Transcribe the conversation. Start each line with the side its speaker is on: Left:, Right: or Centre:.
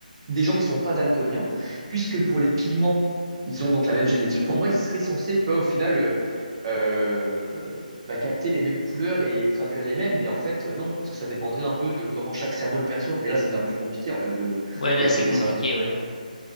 Right: des gens qui sont pas daltoniens, puisque pour les pigments, ils ont donc la même génétique. Pour moi, ils seraient censés, tu vois, au final. euh, euh, bah, capter les mêmes couleurs et traduire les mêmes, mais en fait, euh, non, parce que ça dépendrait un peu de comment chaque cerveau le perçoit. Et là, ça devient plus compliqué, en fait, de,
Left: ouais, là,
Right: de traiter
Left: c'est compliqué,
Right: ça.
Left: ouais.